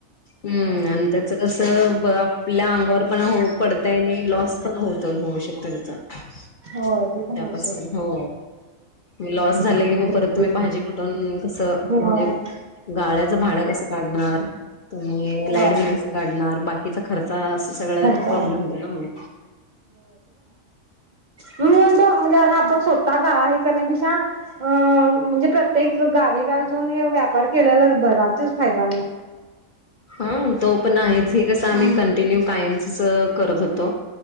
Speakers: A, on the left; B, on the right.
A: हम्म आणि त्याच कसं आपल्या अंगावर पण पडताय नाही लॉस पण होत होऊ शकत त्याचा
B: होय
A: त्यापासून
B: ते पण आहे सोड.
A: हो म लॉस
B: हा.
A: झाला की मग परत तुम्ही भाजी कुटून कसं
B: होय
A: म्हणजे गाळ्याचं भाडं कसं काढणार तुम्ही
B: होय
A: लाईट बिल कस काढणार बाकीचा खर्च? अस सगळ्यात
B: खर्च आहे
A: प्रॉब्लेम होतो ना मग?
B: म्हणून तो आपण सोता गाळा हे करण्यापेक्षा अ म्हणजे प्रत्येक गावी गावी जाऊन हे व्यापार केलेलाच बरा तेच फायदा आणि
A: हा तो पण आहेच हे कस आम्ही
B: हम्म
A: कंटिन्यू कायमच करत होतो